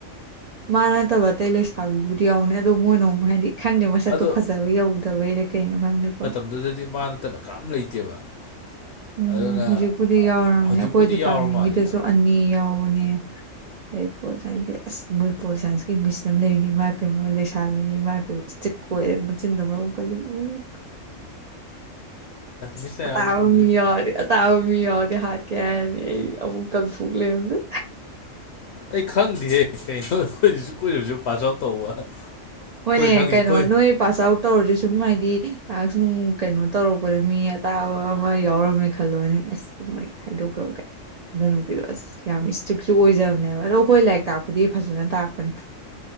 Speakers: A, on the right; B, on the left.
A: ꯃꯥ ꯅꯠꯇꯕ ꯑꯇꯩ ꯂꯩꯁꯥꯕꯤꯕꯨꯗꯤ ꯌꯥꯎꯕꯅꯦ ꯑꯗꯣ ꯃꯣꯏꯅ ꯑꯃꯨꯛ ꯍꯥꯏꯗꯤ ꯈꯪꯗꯦ ꯃꯁꯛꯇꯣ
B: ꯑꯗꯣ
A: ꯐꯥꯖꯕ ꯌꯧꯗꯕꯩꯔ ꯀꯩꯅꯣ ꯈꯪꯗꯦꯀꯣ
B: ꯑꯗꯨꯗꯗꯤ ꯃꯅꯥ ꯇꯅ ꯀꯅꯥꯝ ꯂꯩꯇꯦꯕ
A: ꯎꯝ
B: ꯑꯗꯨꯅ
A: ꯍꯧꯖꯤꯛꯄꯨꯗꯤ ꯌꯥꯎꯔꯝꯅꯦ
B: ꯍꯧꯖꯤꯛꯄꯨꯗꯤ
A: ꯑꯩꯈꯣꯏ ꯗꯤꯄꯥꯔꯠꯃꯦꯟꯒꯤꯗꯁꯨ
B: ꯌꯥꯎꯔ ꯃꯥꯜꯂꯦ ꯈꯔ
A: ꯑꯅꯤ ꯌꯥꯎꯕꯅꯦ ꯑꯩ ꯄꯣꯜ ꯁꯥꯏꯟꯁꯀꯤ ꯑꯁ ꯃꯣꯏ ꯄꯣꯜ ꯁꯥꯏꯟꯁꯀꯤ ꯃꯤꯁ ꯑꯃ ꯂꯩꯕꯅꯤ ꯏꯃꯥꯏꯄꯦꯝꯃ ꯂꯩꯁꯥꯕꯤꯅꯤ ꯏꯃꯥꯏꯄꯦꯝꯃ ꯆꯤꯞꯀꯣꯏ ꯃꯆꯤꯟꯅ ꯃꯔꯣꯡ ꯀꯜꯂꯤꯕ ꯎꯝ ꯑꯁ
B: ꯃꯤꯁ
A: ꯑꯇꯥꯥꯕ
B: ꯅꯥꯌꯥꯗꯤ ꯑꯗꯨꯝꯕꯗꯤ
A: ꯃꯤ ꯌꯥꯎꯔꯗꯤ ꯇꯥꯕ ꯃꯤ ꯌꯥꯎꯗꯤ ꯍꯥꯠꯀꯦ ꯍꯥꯏꯔꯅꯤ ꯑꯩ ꯑꯃꯨꯛ ꯇꯝꯊꯣꯛ ꯂꯩꯔꯝꯗꯅ
B: ꯑꯩ ꯈꯪꯗꯦꯍꯦ ꯀꯩꯅꯣ ꯑꯩꯈꯣꯏꯁꯨ ꯀꯨꯏꯔꯁꯨ ꯄꯥꯁ ꯑꯥꯎꯠ ꯇꯧꯕ ꯑꯩꯈꯣꯏ
A: ꯍꯣꯏꯅꯦ
B: ꯈꯪꯉꯤꯁꯦ
A: ꯀꯩꯅꯣ
B: ꯑꯩꯈꯣꯏ
A: ꯅꯣꯏ ꯄꯥꯁ ꯑꯥꯎꯠ ꯇꯧꯔꯗꯤ ꯁꯨꯝ ꯍꯥꯏꯗꯤ ꯇꯥꯁ꯭ꯛ ꯅꯨꯡ ꯀꯩꯅꯣ ꯇꯧꯔꯛꯄꯗ ꯃꯤ ꯑꯇꯥꯕ ꯑꯃ ꯌꯥꯎꯔꯝꯃꯦ ꯈꯜꯂꯣꯅꯦ ꯑꯁ ꯑꯗꯨꯃꯥꯏ ꯍꯥꯏꯗꯣꯛꯈ꯭ꯔꯣ ꯒꯥꯏ ꯑꯗꯨ ꯅꯨꯄꯤꯗꯣ ꯑꯁ ꯌꯥꯝ ꯏꯁ꯭ꯇ꯭ꯔꯤꯛꯠꯁꯨ ꯑꯣꯏꯖꯕꯅꯦꯕ ꯍꯥꯏꯕ ꯑꯗꯣ ꯍꯣꯏ ꯂꯥꯏꯔꯤꯛ ꯇꯥꯛꯄꯗꯤ ꯐꯖꯅꯥ ꯇꯥꯛꯄꯅꯦ꯫